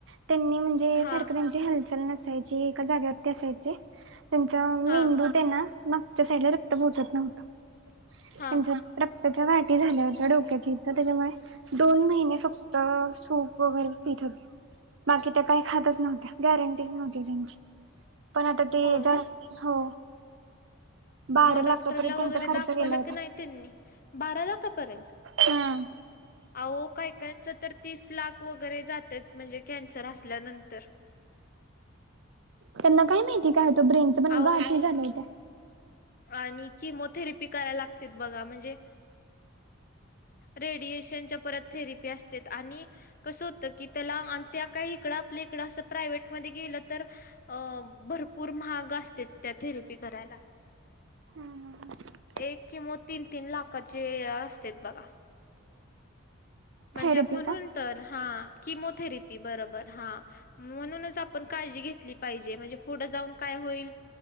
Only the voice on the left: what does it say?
हा
हा
हा
होय
मग डॉक्टरला
वगैरे
दाखवलं
की नाही त्यांनी बारा लाखापर्यंत
अहो काही काच तर तीस लाख वगैरे जातेत म्हणजे कॅन्सर असल्यानंतर
अहो
आणि किमोथेरपी करायला लागते बघा म्हणजे रेडिएशनच्या परत थेरपी असते आणि कसं होतं की त्याला त्या काही इकडं आपल्या इकडं असं प्रायव्टमध्येध्ये गेलं तर अ भरपूर महाग असते त्या थेरपी करायला
एक किंवा तीन तीन लाखाचे असते बघा म्हणजे
म्हणून
तर हा किमोथेरपी बरोबर हा म्हणूनच आपण काळजी घेतली पाहिजे म्हणजे पुढे जाऊन काय होईल